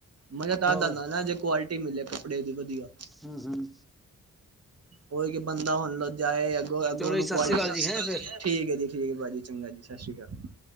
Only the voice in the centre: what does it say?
ਹੋਰ
ਹੂੰ ਹੂੰ,
ਚਲੋ ਜੀ
ਸਤਿ
ਸ੍ਰੀ ਅਕਾਲ
ਜੀ ਹੈਂ ਫਿਰ